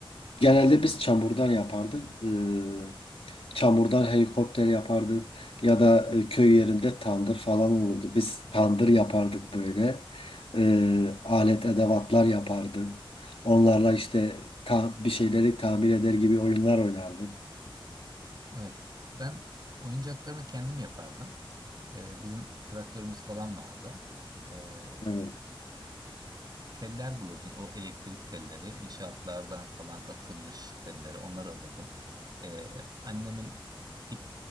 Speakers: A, on the left; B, on the right.
A: Genelde biz çamurdan yapardık. E, çamurdan helikopter yapardık ya da e, köy yerinde tandır falan olurdu. Biz tandır yapardık böyle. E, alet edevatlar yapardık. Onlarla işte ta- bir şeyleri tamir eder gibi oyunlar oynardık.
B: Evet. Ben oyuncaklarımı kendim yapardım. Ee, bizim traktörümüz falan vardı. Ee,
A: Evet.
B: Teller bulurdum. O elektrik telleri, inşaatlardan falan atılmış telleri, onları alırdım. Ee, annemin ip,